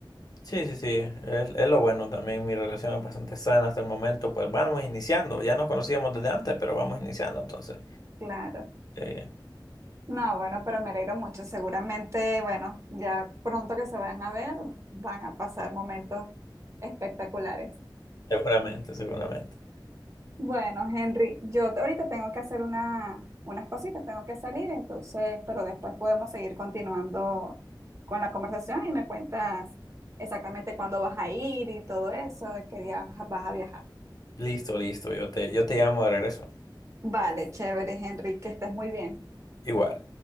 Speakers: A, on the left; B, on the right.
A: sí, sí, sí, es, es lo bueno también, mi relación es bastante sana hasta el momento, pues vamos iniciando, ya nos conocíamos desde antes, pero vamos iniciando entonces,
B: claro.
A: eh,
B: No, bueno, pero me alegro mucho, seguramente, bueno, ya pronto que se vayan a ver, van a pasar momentos espectaculares.
A: seguramente, seguramente.
B: Bueno, Henry, yo te- ahorita tengo que hacer una, unas cositas, tengo que salir, entonces, pero después podemos seguir continuando con la conversación y me cuentas exactamente cuándo vas a ir y todo eso, y qué día vas a viajar.
A: Listo, listo, yo te, yo te llamo de regreso,
B: Vale, chévere, Henry, que estés muy bien.
A: igual.